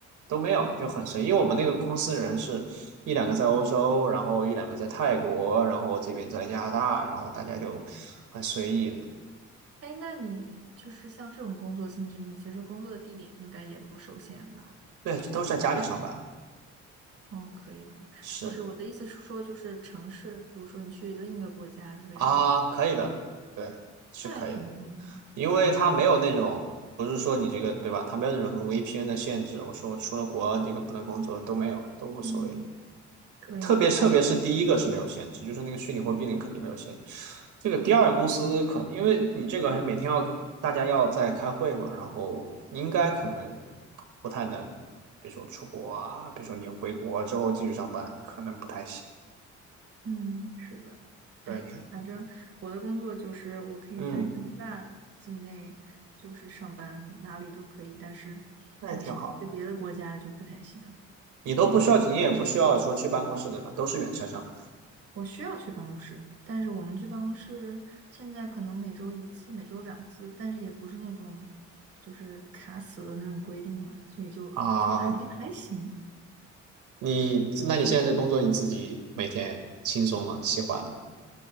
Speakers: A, on the right; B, on the right.
A: 都没有，就很随意。因为我们那个公司人是一两个在欧洲，然后一两个在泰国，然后这边在加拿大，然后大家就很随意的，
B: 哎，那你就是像这种工作性质，你其实工作的地点应该也不受限吧？
A: 对，都是在家里上班，
B: 哦，可以的。
A: 是
B: 不是，我的意思是说，就是城市，比如说你去另一个国家之类的，
A: 啊，可以的，对，是可以。
B: 那还挺好的。
A: 因为它没有那种，不是说你这个，对吧？它没有那种什么 VPN 的限制。我说我出了国这个不能工作都没有，都无所谓的
B: 嗯，可以可以。
A: 对特别特别是第一个是没有限制，就是那个虚拟货币那个肯定没有限制。这个第二公司可能因为你这个还每天要大家要在开会嘛，然后应该可能不太能，比如说出国啊，比如说你回国之后继续上班，可能不太行。
B: 嗯，是的，
A: 对，
B: 哎，
A: 你看，
B: 反正我的工作就是我可以在加拿大境内就是上班，
A: 嗯，
B: 哪里都可以，但是但是去别的国家就不太行。
A: 那也挺好。你都不需要，你也不需要说去办公室，对吧？都是远程上班
B: 我需要去办公室，但是我们去办公室现在可能每周一次，每周两次，但是也不是那种就是卡死的那种规定嘛，所以就就还还行。
A: 啊。你那你现在的工作你自己每天轻松吗？喜欢吗？